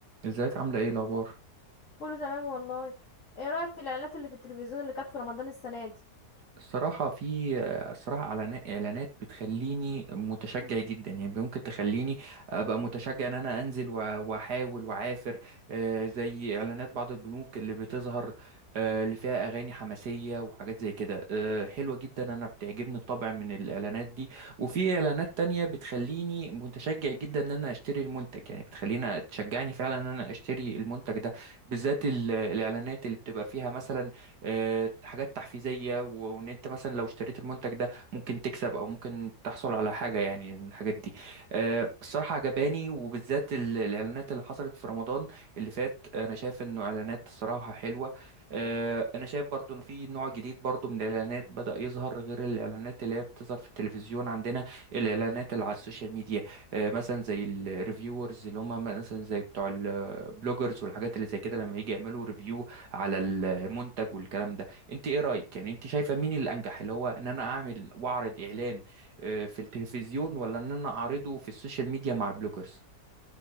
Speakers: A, on the right; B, on the left.
A: ازيك عاملة ايه الأخبار؟
B: كله تمام والله ايه رأيك في الاعلانات اللي في التلفزيون اللي كانت في رمضان السنة دي
A: الصراحة في الصراحة إعلان- إعلانات بتخليني متشجع جدا يعني ممكن تخليني أبقى متشجع إن أنا أنزل وأ- وأحاول وأعافر آه، زي إعلانات بعض البنوك اللي بتظهر آه، اللي فيها أغاني حماسية وحاجات زي كده آه، حلوة جدا أنا بتعجبني الطبع من الإعلانات دي وفي إعلانات تانية بتخليني متشجع جدا إن أنا أشتري المنتج يعني بتخليني تشجعني فعلا إن أنا أشتري المنتج ده بالذات ال- الإعلانات اللي بتبقى فيها مثلا آه، حاجات تحفيزية و- وان انت مثلا لو اشتريت المنتج ده ممكن تكسب او ممكن تحصل على حاجة يعني من الحاجات دي آه، الصراحة عجباني وبالذات ال- الاعلانات اللي حصلت في رمضان اللي فات انا شايف انه اعلانات الصراحة حلوة آه، انا شايف برضو ان في نوع جديد برضو من الاعلانات بدأ يظهر غير الاعلانات اللي هي بتظهر في التلفزيون عندنا الاعلانات اللي على السوشيال ميديا آه، مثلا زي الريفيورز اللي هم مثلا زي بتوع البلوجرز والحاجات اللي زي كده لما يجي يعملوا ريفيو على المنتج والكلام ده انت ايه رايك يعني انت شايفه مين الانجح اللي هو ان انا اعمل واعرض اعلان آه، في التلفزيون ولا ان انا اعرضه في السوشيال ميديا مع البلوجرز